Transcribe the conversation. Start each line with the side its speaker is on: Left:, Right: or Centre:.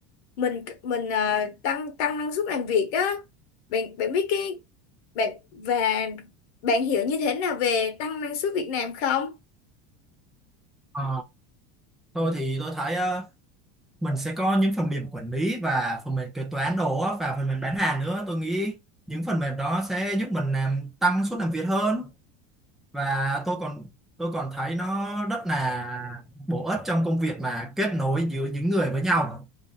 Left: mình mình ờ, tăng tăng năng suất làm việc á. Bạn bạn biết cái bạn và bạn hiểu như thế nào về tăng năng suất Việt Nam không?
Centre: Ờ, tôi thì tôi thấy ờ, mình sẽ có những phần mềm quản lý và phần mềm kế toán đồ á, và phần mềm bán hàng nữa tôi nghĩ những phần mềm đó sẽ giúp mình làm tăng suất làm việc hơn và tôi còn tôi còn thấy nó rất là bổ ích trong công việc mà kết nối giữa những người với nhau